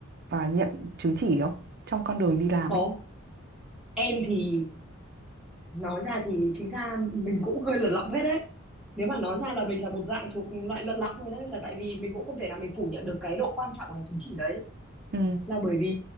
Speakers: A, on the right; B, in the centre.
A: và nhận chứng chỉ không? Trong con đường đi làm
B: có
A: ấy.
B: em thì nói ra thì chính ra mình cũng hơi lật lọng phết đấy nếu mà nói ra là mình là một dạng thuộc loại lật lọng thôi đấy là tại vì mình cũng không thể nào mình phủ nhận được cái độ quan trọng của cái chứng chỉ đấy
A: Ừ,
B: là bởi vì